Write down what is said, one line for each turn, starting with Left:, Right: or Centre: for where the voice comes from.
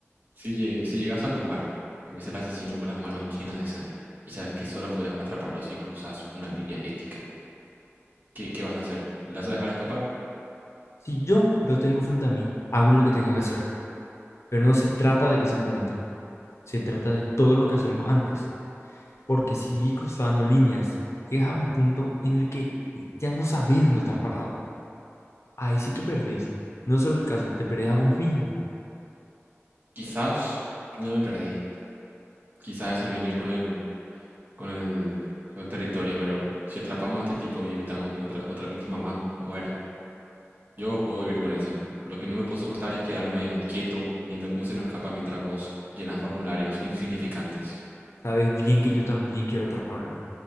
Right: Si, lle- si llegas al lugar, ves al asesino con las manos llenas de sangre y sabes que solo puedes atraparlo si cruzas una línea ética. ¿Qué, qué vas a hacer? ¿Le vas a dejar escapar?
Left: Si yo lo tengo frente a mí, hago lo que tenga que hacer, pero no se trata de ese momento, se trata de todo lo que hacemos antes, porque si vi cruzando líneas, llegas a un punto en el que ya no sabes dónde estás parado. Ahí sí que perdés. No es solo el caso, te perdés a vos mismo.
Right: Quizás ya me perdí. Quizás eso viene con el, con el, con el territorio, pero si atrapamos a este tipo y evitamos que otra, otra víctima más muera, yo puedo vivir con eso. Lo que no me puedo soportar es quedarme quieto viendo cómo se nos escapa mientras vos llenas formularios insignificantes.
Left: Sabes bien que yo también quiero atraparlo,